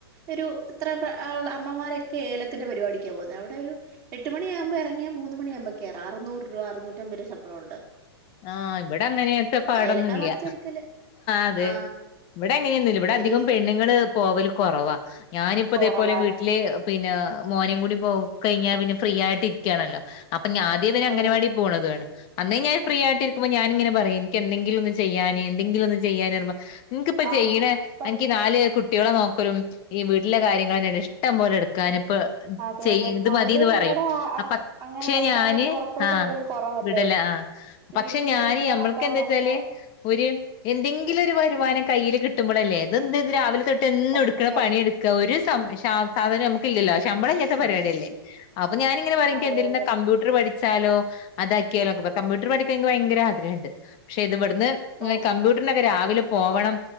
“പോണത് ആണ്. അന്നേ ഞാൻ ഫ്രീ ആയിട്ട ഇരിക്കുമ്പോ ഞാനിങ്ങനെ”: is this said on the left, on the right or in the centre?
Left